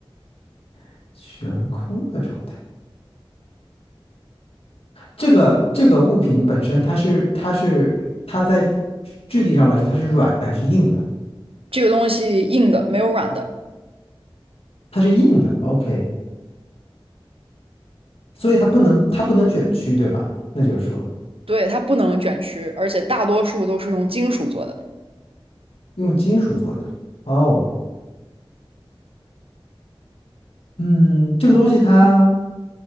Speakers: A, on the left (about 85°); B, on the right (about 75°).
A: <laughs> 悬空的状态，这个这个物品本身它是它是它在质地上来说它是软的还是硬的？
B: 这个东西硬的，没有软的，
A: 它是硬的，OK。所以它不能它不能卷曲，对吧？那就是说
B: 对，它不能卷曲，而且大多数都是用金属做的，
A: 用金属做的。哦，嗯，这个东西它